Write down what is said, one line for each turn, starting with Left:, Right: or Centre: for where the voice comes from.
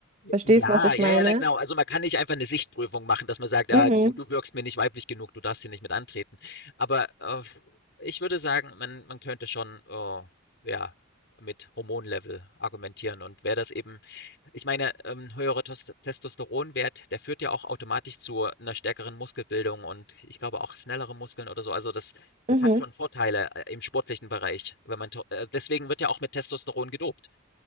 Right: Verstehst
Left: Ja,
Right: du, was ich
Left: ja,
Right: meine?
Left: ja, na genau. Also man kann nicht einfach eine Sichtprüfung machen, dass man sagt, ah,
Right: Mhm,
Left: du, du wirkst mir nicht weiblich genug, du darfst hier nicht mit antreten. Aber äh, ich würde sagen, man, man könnte schon oh, ja, mit Hormonlevel argumentieren. Und wer das eben, ich meine, ähm, höherer Tos- Testosteronwert, der führt ja auch automatisch zu einer stärkeren Muskelbildung und ich glaube auch schnellere Muskeln oder so. Also das, das
Right: mhm,
Left: hat schon Vorteile äh, im sportlichen Bereich, wenn man to- äh, deswegen wird ja auch mit Testosteron gedopt.